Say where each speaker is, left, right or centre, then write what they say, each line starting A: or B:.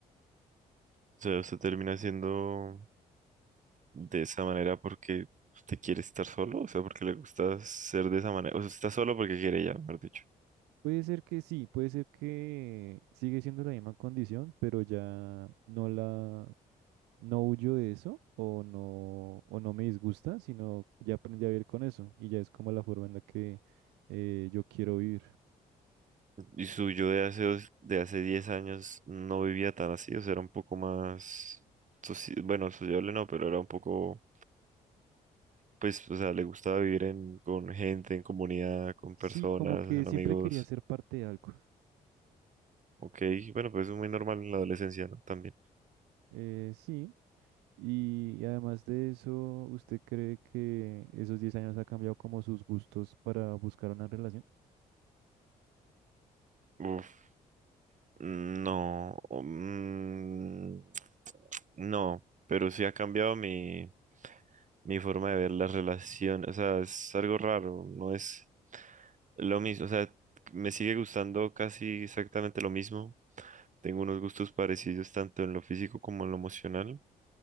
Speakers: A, on the right; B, on the right.
A: O sea, usted termina siendo de esa manera porque usted quiere estar solo, o sea, porque le gusta ser de esa manera, o sea, está solo porque quiere ya, mejor dicho.
B: Puede ser que sí, puede ser que sigue siendo la misma condición, pero ya no la, no huyo de eso o no, o no me disgusta, sino ya aprendí a vivir con eso y ya es como la forma en la que eh, yo quiero vivir.
A: Y su yo de hace, dos- de hace diez años no vivía tan así, o sea, era un poco más, soci- bueno, sociable no, pero era un poco, pues, o sea, le gustaba vivir en, con gente, en comunidad, con
B: Sí,
A: personas,
B: como que
A: en
B: siempre
A: amigos.
B: quería ser parte de algo.
A: Ok, bueno, pues es muy normal en la adolescencia, ¿no? También.
B: Eh, sí, y y además de eso, ¿usted cree que esos 10 años ha cambiado como sus gustos para buscar una relación?
A: Uf. No, o, mm, no, pero sí ha cambiado mi, mi forma de ver las relaciones. O sea, es algo raro, no es lo mismo. O sea, me sigue gustando casi exactamente lo mismo. Tengo unos gustos parecidos tanto en lo físico como en lo emocional,